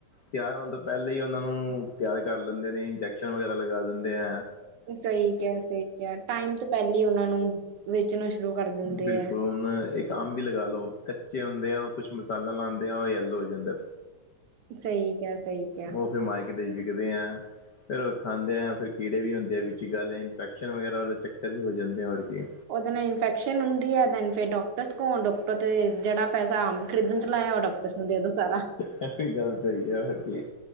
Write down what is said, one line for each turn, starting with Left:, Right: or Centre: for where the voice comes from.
Left: ਤਿਆਰ ਹੋਣ ਤੋਂ ਪਹਿਲੇ ਹੀ ਉਹਨਾਂ ਨੂੰ ਤਿਆਰ ਕਰ ਲੈਂਦੇ ਨੇ ਇੰਜੈਕਸ਼ਨ ਵਗੈਰਾ ਲਗਾ ਦਿੰਦੇ ਐਂ।
Right: ਸਹੀ ਕਿਆ-ਸਹੀ ਕਿਆ ਟਾਈਮ ਤੋਂ ਪਹਿਲੇ ਹੀ ਉਹਨਾਂ ਨੂੰ ਵੇਚਣਾ ਸ਼ੁਰੂ ਕਰ ਦਿੰਦੇ
Left: ਬਿਲਕੁਲ
Right: ਐ।
Left: ਹੁਣ ਇੱਕ ਅੰਬ ਈ ਲਗਾ ਲੋ ਕੱਚੇ ਹੁੰਦੇ ਐਂ ਉਹ ਕੁਛ ਮਸਾਲਾ ਲਾਂਦੇ ਐਂ ਉਹ ਯੈਲੋ ਹੋ ਜਾਂਦੈ।
Right: ਸਹੀ ਕਿਹਾ ਸਹੀ ਕਿਹਾ
Left: ਉਹ ਫਿਰ ਮਾਈਕ ਦੇ ਵਿਕਦੇ ਐਂ। ਫਿਰ ਉਹ ਖਾਂਦੇ ਆ ਫਿਰ ਕੀੜੇ ਵੀ ਹੁੰਦੇ ਆ ਵਿੱਚ ਹੀ ਗੱਲ ਹੈ ਇਨਫੈਕਸ਼ਨ ਵਗੈਰਾ ਉਹਦੇ ਚੱਕਰ ਵੀ ਹੋ ਜਾਂਦੇ ਆ ਹੋਰ ਕੀ
Right: ਉਹਦੇ ਨਾਲ ਇਨਫੈਕਸ਼ਨ ਹੁੰਦੀ ਹੈ ਦੈਨ ਫਿਰ ਡਾਕਟਰਸ ਕੋਂ ਡੋਕਟਰ ਤੇ ਜਿਹੜਾ ਪੈਸਾ ਆਂਬ ਖਰੀਦਣ ਚ ਲਾਇਆ ਓਹ ਡਾਕਟਰਸ ਨੂੰ ਦੇ ਦੋ ਸਾਰਾ।
Left: ਐ ਵੀ ਗੱਲ ਸਹੀ ਐ ਹੋਰ ਕੀ